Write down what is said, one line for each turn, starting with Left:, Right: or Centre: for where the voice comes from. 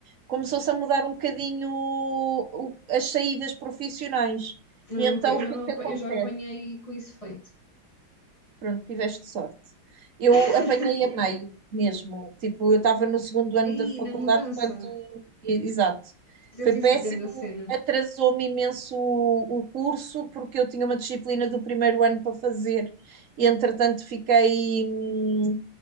Right: começou-se a mudar um bocadinho o- as saídas profissionais.
Left: Eu
Right: E então,
Left: nunca- eu já,
Right: o que
Left: não,
Right: é que
Left: apa-
Right: acontece?
Left: eu já apanhei com isso feito.
Right: Pronto, tiveste sorte. Eu
Left: <laughs>
Right: apanhei a meio mesmo. Tipo, eu estava no segundo ano
Left: Aí,
Right: da faculdade
Left: na mudança,
Right: quando. e- Exato.
Left: deve
Right: Foi
Left: ter
Right: péssimo,
Left: sido grande a cena.
Right: atrasou-me imenso o o curso, porque eu tinha uma disciplina do primeiro ano para fazer e, entretanto, fiquei. hum,